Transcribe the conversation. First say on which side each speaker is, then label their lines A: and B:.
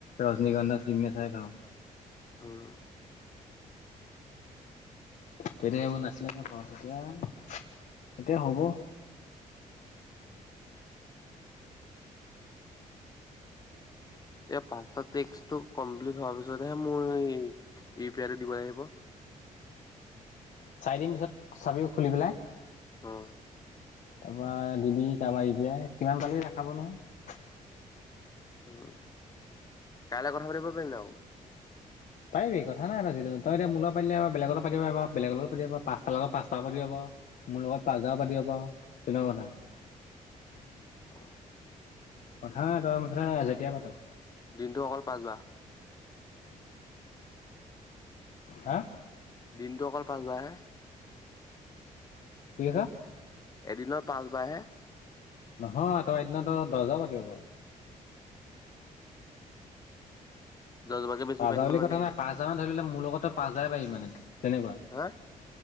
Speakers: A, on the left (about 70°); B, on the left (about 25°).
A: ৰজনীগন্ধা চিগনেচাৰে খাওঁ
B: হো হো
A: তেতিয়া সেইবোৰ নাছিলে ন খৰচ এতিয়া এতিয়া হ'ব।
B: এ পাঁচটা ট্ৰিক্সটো কমপ্লিট হোৱাৰ পিছতহে মই ইপ পিয়াটো দিব আহিব।
A: চাৰিদিন পিছত চাবি খুলি পেলাই।
B: অ।
A: তাৰপা দিবি কাবাৰ ইউ পি আই কিমান পালি দেখাব নহয়।
B: উম কাইলে কথা পাতিব পাৰিম নাই আকৌ।
A: পাৰিবি কথা নাই ন যি তই এতিয়া মো লগত পাতিলে আও বলেগৰ পাতিব বা বেলেগৰ লগত পাতিব পাও পাচটা লগত পাতিব পাও মোৰ লগত পাচবাৰও পাতিব পাৰ তেনেকুৱা কথা
B: অহ।
A: প্ৰথা তই মুঠতে যেতিয়া পাত।
B: দিনটো অকল পাঁচ বাৰ
A: হা।
B: দিনটো অকল পাচ বাৰহে
A: কি কৈছ?
B: এদিনৰ পাঁচবাহে
A: নহয় তই এদিনা ত দশবাৰো পাতিব পাৰ
B: দহ বাৰকে বেছি
A: পাঁচজা
B: পাই দিব
A: বুলি
B: নোৱাৰি
A: কথা
B: নেকি
A: নাই
B: নো?
A: পাঁচ হাজাৰ মান ধৰিলে মোৰ লগতে পাঁচ জাহে পাৰিবি মানে তেনেকুৱা
B: হা